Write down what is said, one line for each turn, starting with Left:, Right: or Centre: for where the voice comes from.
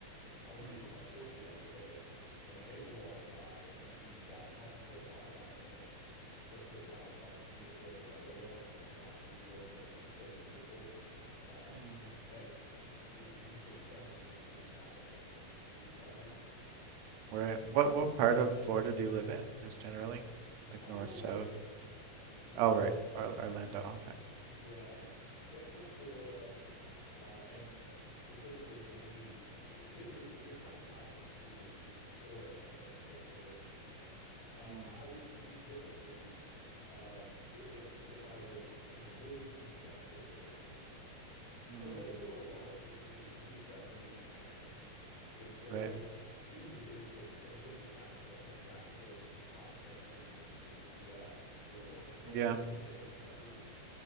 Left: I was
Right: Hmm.
Left: sitting on my porch yesterday and my neighbor walked by and we sat and talked for about five minutes just around how beautiful the weather was and how shocked we were that it was so beautiful uh, at
Right: Hmm.
Left: the beginning of May because we're used to the temperatures being back up into the 90s by now.
Right: Right. What what part of Florida do you live in, just generally? Like
Left: I'm
Right: north,
Left: in Orlando,
Right: south?
Left: which
Right: Oh, right.
Left: is,
Right: Or Orlando. Okay.
Left: yeah, it's Central Florida. Uh, and
Right: Mhm.
Left: and specifically for me, th- this is this kind of ties into is is Florida a nice place to live in? Um,
Right: Mm,
Left: I, I would feel differently um, i- if if I was in a really congested area.
Right: mm,
Left: Orlando and a lot of big cities, with the exception of maybe Miami in Florida,
Right: right.
Left: even the big cities. So you look at Jacksonville. I think Jacksonville's in the top 10 cities in in the US for total
Right: Yeah.
Left: area covered